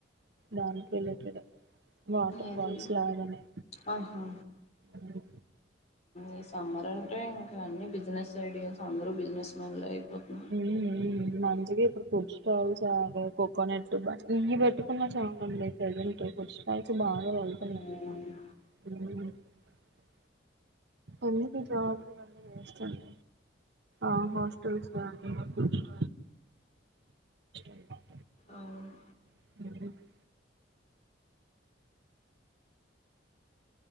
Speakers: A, on the right; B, on the left.
A: దానికి రిలేటెడే వాటర్
B: ఏది
A: ఫాల్స్ లాగనే
B: ఆహా
A: ఉ
B: ఈ సమ్మర్ అంటే ఇంకా అన్ని బిజినెస్ ఐడియాస్ అందరూ బిజినెస్ మ్యాన్లే అయిపోతు
A: ఉమ్మ్మ్ మంచిగా ఇప్పుడు ఫుడ్ స్టాల్స్ ఇగ కోకోనట్ బండి ఇవి పెట్టుకున్నా చాలండి ప్రెజెంట్ ఫుడ్ స్టాల్స్ బాగా వెళ్తున్నాయ్
B: ఆ
A: <unintelligible> అందుకే ఈ జాబ్ లు ఇవన్నీ వెస్ట్ అండీ ఆ హస్టల్స్ <inaudible> అన్నమాట
B: అవును
A: <inaudible>